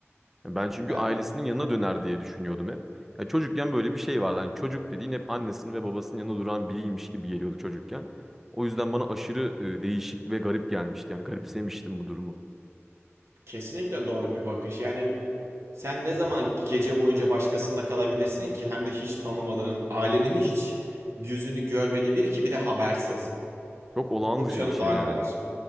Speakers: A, in the centre; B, on the right.
A: Yani ben
B: Ben,
A: çünkü ailesinin yanına döner diye düşünüyordum hep. Yani çocukken böyle bir şey vardı. Hani çocuk dediğin hep annesinin ve babasının yanında duran biriymiş gibi geliyordu çocukken. O yüzden bana aşırı e, değişik ve garip gelmişti. Yani garipsemiştim bu durumu.
B: Kesinlikle doğru bir bakış. Yani sen ne zaman gece boyunca başkasında kalabilirsin ki hem de hiç tanımadığın, ailenin hiç yüzünü görmediği biri ki bir de habersiz.
A: Çok olağan
B: Yok
A: dışı
B: canım
A: bir şey
B: daha
A: yani.
B: neler.